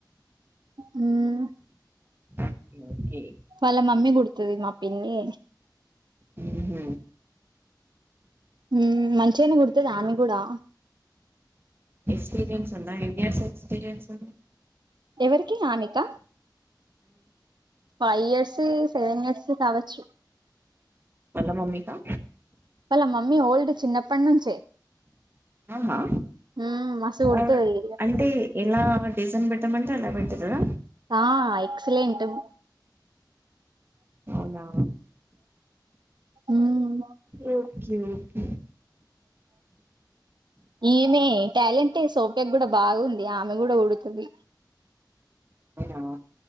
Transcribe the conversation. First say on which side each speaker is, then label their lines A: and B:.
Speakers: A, on the right (about 70°); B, on the right (about 30°).
A: హ్మ్
B: ఓకే ఓకే
A: వాళ్ళ మమ్మీ గుడుత్ తది మా పిన్ని
B: ఉహు
A: ఉహ్ మంచిగానే కుడుతది ఆమె కూడా
B: ఎక్స్పీరియన్స్ ఉందా ఎన్ని ఇయర్స్ ఎక్స్పీరియన్స్ ఉంది
A: ఎవరికి ఆమెకా ఫైవ్ ఇయర్స్ సెవెన్ ఇయర్స్ కావోచ్చు
B: వాళ్ళ మమ్మీకా
A: వాళ్ళ మమ్మీ ఓల్డ్ చిన్నప్పటి నుంచే
B: ఆహా
A: మ్మ్ మస్తు కుడుతది
B: ఆ అంటే ఎలా డిజన్ బెట్ టా మంటే అలా పెట్టితదా
A: ఆ ఎక్సలెంటు
B: అవునా
A: మ్మ్
B: ఓకే ఓకే
A: ఈమె టాలెంటే సోఫ్యా కూడా బాగుంది. ఆమె గూడా గుడుతది.
B: అవునా